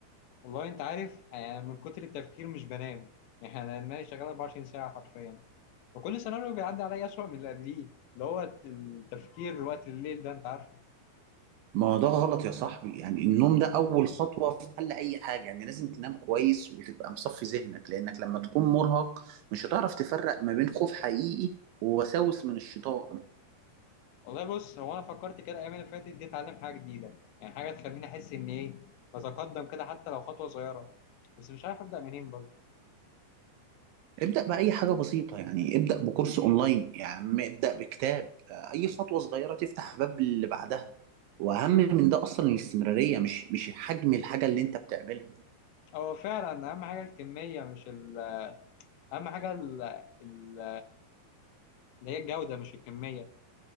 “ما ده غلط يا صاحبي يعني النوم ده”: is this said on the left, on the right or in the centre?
Right